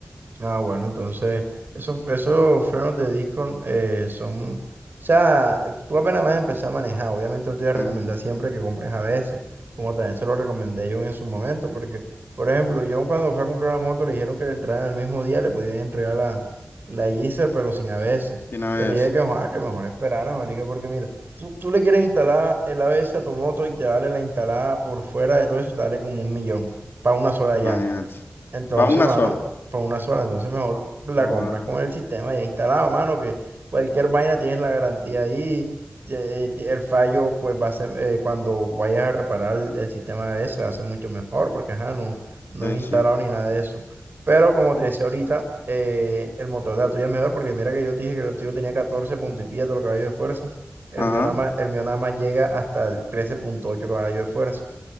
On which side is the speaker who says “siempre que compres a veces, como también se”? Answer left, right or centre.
Right